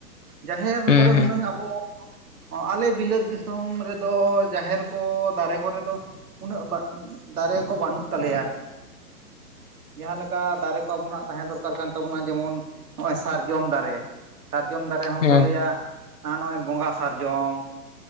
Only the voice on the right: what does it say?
ᱡᱟᱦᱮᱨ
ᱠᱚᱨᱮ
ᱦᱩᱱᱟᱹᱝ ᱟᱵᱚ ᱦᱚᱸ ᱟᱞᱮ ᱵᱤᱞᱟᱹᱛ ᱫᱤᱥᱚᱢ ᱨᱮᱫᱚ ᱡᱟᱦᱮᱨ ᱠᱚ ᱫᱟᱨᱮ ᱠᱚᱨᱮ ᱫᱚ ᱵᱟᱹᱱᱩᱜ ᱫᱟᱨᱮ ᱠᱚ ᱵᱟᱹᱱᱩᱜ ᱛᱟᱞᱮᱭᱟ ᱟᱨᱠᱤ ᱡᱟᱦᱟᱸ ᱞᱮᱠᱟ ᱫᱟᱨᱮ ᱠᱚ ᱟᱵᱚᱱᱟᱜ ᱛᱟᱦᱮᱸ ᱫᱚᱨᱠᱟᱨ ᱠᱟᱱ ᱛᱟᱵᱚᱱᱟ ᱡᱮᱢᱚᱱ ᱱᱚᱜ-ᱚᱭ ᱥᱟᱨᱡᱚᱢ ᱫᱟᱨᱮ ᱾ ᱥᱟᱨᱡᱚᱢ ᱫᱟᱨᱮ ᱦᱚᱸᱠᱚ
ᱞᱟᱹᱭᱟ ᱱᱚᱜ-ᱚᱭ ᱵᱚᱸᱜᱟ ᱥᱟᱨᱡᱚᱢ